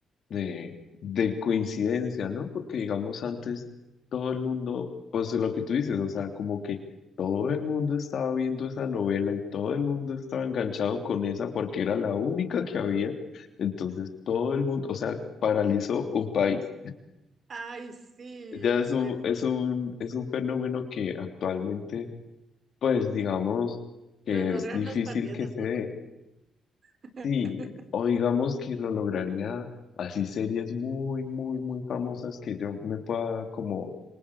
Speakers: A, on the left; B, on the right.
A: de, de coincidencia, ¿no? Porque digamos antes todo el mundo, pues lo que tú dices, o sea, como que todo el mundo estaba viendo esa novela y todo el mundo estaba enganchado con esa porque era la única que había, entonces todo el mundo, o sea, paralizó un país.
B: Ay, sí,
A: Ya
B: eso
A: es un,
B: era.
A: es un, es un fenómeno que actualmente, pues digamos que
B: Lo logran
A: es difícil
B: los partidos
A: que
B: de
A: se
B: fútbol.
A: dé.
B: <laughs>
A: Sí, o digamos que lo lograría así series muy, muy, muy famosas que yo me pueda como,